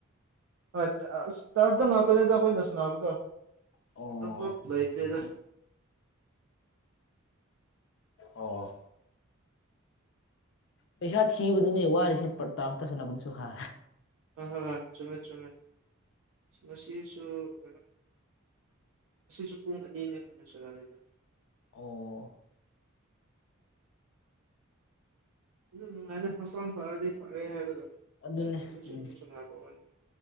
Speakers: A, on the right; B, on the left.
A: ꯍꯣꯏ ꯑ ꯇꯔꯞꯇ ꯉꯥꯛꯇꯅꯦꯗ ꯑꯩꯈꯣꯏꯅ ꯁꯥꯟꯅꯕꯗꯣ
B: ꯑꯣ
A: ꯂꯥꯝꯄꯥꯛ ꯂꯩꯇꯦꯗ
B: ꯑꯣ ꯄꯩꯁꯥ ꯊꯤꯕꯗꯤꯅꯦ ꯋꯥꯔꯤꯁꯦ ꯇꯥꯔꯞꯇ ꯁꯥꯟꯅꯕꯁꯨ ꯍꯥ
A: ꯍꯣꯢ ꯍꯣꯏ ꯆꯨꯝꯃꯦ ꯆꯨꯝꯃꯦ ꯉꯁꯤꯁꯨ ꯀꯩꯅꯣ ꯉꯁꯤꯁꯨ ꯄꯨꯡ ꯑꯅꯤꯅꯦ ꯁꯥꯟꯅꯔꯤꯗꯣ
B: ꯑꯣ
A: ꯅꯨꯡꯉꯥꯏꯗꯤ ꯍꯁꯅ ꯐꯔꯗꯤ ꯐꯔꯦ ꯍꯥꯏꯕꯠ
B: ꯑꯗꯨꯅꯦ
A: ꯆ ꯑꯗꯨ
B: ꯎꯝ
A: <inaudible> ꯆꯅꯤ